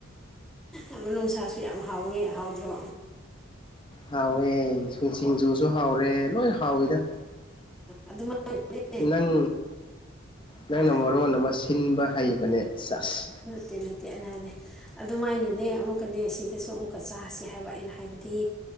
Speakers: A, in the centre; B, on the left (about 25°).
A: ꯑ ꯃꯅꯨꯡꯁꯥꯁꯨ ꯌꯥꯝ ꯍꯥꯎꯋꯦ ꯍꯥꯎꯗ꯭ꯔꯣ
B: ꯍꯥꯎꯋꯦ ꯁꯤꯡꯖꯨꯁꯨ ꯍꯥꯎꯔꯦ ꯂꯣꯏ ꯍꯥꯎꯋꯤꯗ
A: ꯑꯗꯨꯃꯥꯏꯅꯅꯦ
B: ꯅꯪ ꯅꯪꯅ
A: ꯍꯥ
B: ꯃꯔꯣꯟ ꯑꯃ ꯁꯤꯟꯕ ꯍꯩꯕꯅꯦ ꯆꯁ
A: ꯅꯠꯇꯦ ꯅꯠꯇꯦ ꯑꯩꯅ ꯍꯥꯏꯗꯤ ꯑꯗꯨꯃꯥꯏꯅꯅꯦ ꯑꯃꯨꯛꯀꯅꯦ ꯁꯤꯗꯁꯨ ꯑꯃꯨꯛꯀ ꯆꯥꯁꯤ ꯍꯥꯏꯕ ꯑꯩꯅ ꯍꯥꯏꯕꯗꯤ